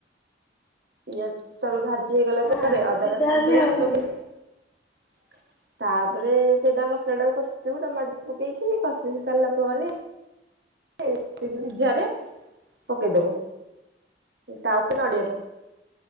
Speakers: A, on the right; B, on the left.
A: ପିଆଜ୍ ତାପରେ ଭାଜି ହେଇଗଲା ପରେ
B: ଆସିଛି
A: ଅଦା ରସୁଣ
B: ତାହେଲେ
A: ପେଷ୍ଟ
B: ଆଉ ହୁଁ
A: ପକେଇବୁ। ତାପରେ ସେଇଟା ମସଲା ଟାକୁ କଷିଦେବୁ ଟମାଟୋ ପକେଇକି କଷିି ସାରିଲା ପରେ ସେ ସେହି ଯୋଉ ସିଝାରେ ପକେଇଦବୁ ତା ଉପରେ ନଡିଆ ପକେଇ